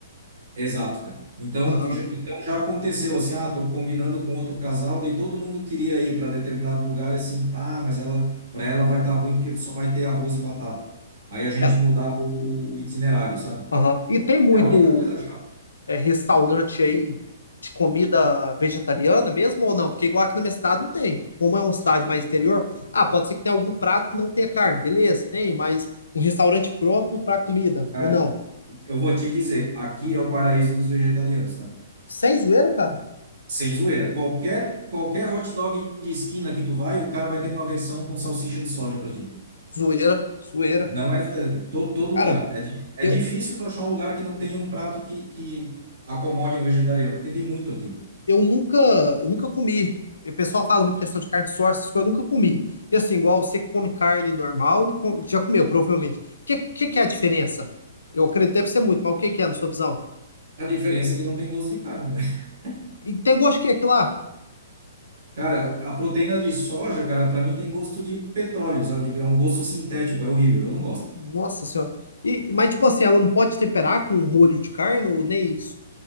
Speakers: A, on the right; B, on the left.
A: Exato, cara. Então,
B: Aham.
A: já- então já aconteceu assim, ah, tô combinando com outro casal, daí todo mundo queria ir para determinado lugar e assim, ah, mas ela, para ela vai estar ruim porque só vai ter arroz e batata. Aí a gente
B: É,
A: mudar o, o o itinerário, sabe?
B: aham. E tem muito
A: É a única coisa chata.
B: é, restaurante aí de comida vegetariana mesmo ou não? Porque igual aqui na minha cidade não tem. Como é uma cidade mais interior, ah, pode ser que tenha algum prato que não tenha carne, beleza, tem, mas um restaurante próprio para comida,
A: Cara,
B: ou não?
A: Eu vou te dizer, aqui é o paraíso dos vegetarianos, tá?
B: Sem zoeira, cara?
A: Sem zoeira. Qualquer, qualquer hot dog de esquina que tu vai, o cara vai ter uma versão com salsicha de soja pra ti.
B: Zoeira, zoeira.
A: Não é zoeira, cara. Todo, todo
B: Cara,
A: lugar. É, di- é
B: eu,
A: difícil tu achar um lugar que não tenha um prato que, que acomode um vegetariano, porque tem muito aqui.
B: eu nunca, eu nunca comi. O pessoal fala muito questão de carne de source, essas coisas, eu nunca comi. E assim, igual você come carne normal e com- já comeu, provavelmente. O que, que, que é a diferença? Eu acredito que deve ser muito, mas o que, que é na sua visão?
A: A diferença é que não tem gosto de carne, né? <laughs>
B: E tem gosto que é aquilo lá?
A: Cara, a proteína de soja, cara, pra mim tem gosto de petróleo, sabe? Tipo, É um gosto sintético, é horrível, eu não gosto.
B: Nossa senhora. E, mas tipo assim, ela não pode temperar com molho de carne ou nem isso?